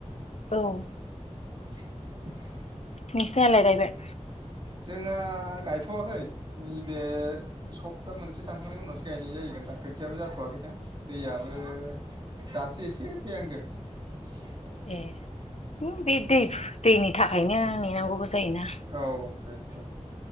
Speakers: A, on the left; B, on the right.
A: औ।
B: <inaudible>
A: नोंसिनालाय गायबाय?
B: जोंहा गायथ'वाखै नैबे सप्ता मोनसे थांखांनायनि उनावसो गायनाय जायैगोन दां। खोथियाबो जाथ'वाखैना दैयाबो दासो एसे फैहांदों। <unintelligible>
A: ए, है बे दै दैनि थाखायनो नेनांगौबो जायोना।
B: औ बेनोथ'